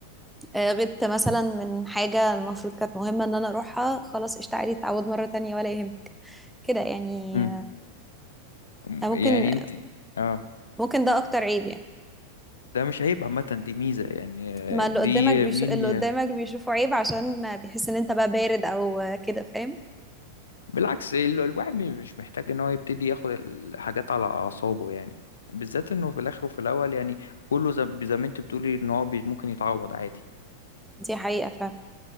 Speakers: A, in the centre; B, on the left.
A: آه، غبت مثلا من حاجة المفروض كانت مهمة ان انا اروحها خلاص قشطة تعوض مرة تانية ولا يهمك كده يعني
B: مم. أم-
A: آه، ممكن
B: يعني انت اه
A: ممكن ده اكتر عيب يعني
B: ده مش عيب عامة دي ميزة يعني آه،
A: ما اللي
B: دي
A: قدامك بيشو...
B: مين
A: اللي
B: ي-
A: قدامك بيشوفه عيب عشان بيحس ان انت بقى بارد او آه، كده فاهم
B: بالعكس ال- الواحد مش محتاج ان هو يبتدي ياخد الحاجات على اعصابه يعني بالذات انه في الاخر وفي الاول يعني كله زي زي ما انت بتقولي ان هو بي- ممكن يتعوض عادي
A: دي حقيقة فعلا